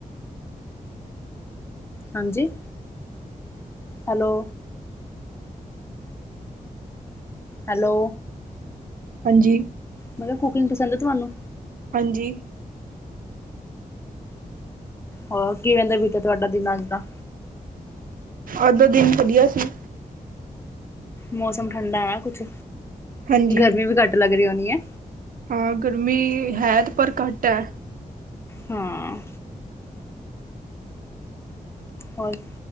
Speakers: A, on the left; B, on the right.
A: ਹਾਂਜੀ ਹੈਲੋ ਹੈਲੋ
B: ਹਾਂਜੀ
A: ਮੈਂ ਕਿਹਾ ਕੁਕਿੰਗ ਪਸੰਦ ਹੈ ਤੁਹਾਨੂੰ
B: ਹਾਂਜੀ
A: ਹੋਰ ਕੀ ਕਹਿੰਦੇ ਬੀਟਾ ਤੁਹਾਡਾ ਦਿਨ ਅੱਜ ਦਾ
B: ਅੱਧੋ ਦਿਨ ਵਧੀਆ ਸੀ
A: ਮੌਸਮ ਠੰਡਾ ਕੁਛ
B: ਹਾਂਜੀ
A: ਗਰਮੀ ਵੀ ਘੱਟ ਲੱਗ ਰਹੀ ਹੋਣੀ ਹੈ
B: ਹਾਂ ਗਰਮੀ ਹੈ ਪਰ ਘੱਟ ਹੈ
A: ਹਾਂ ਹੋਰ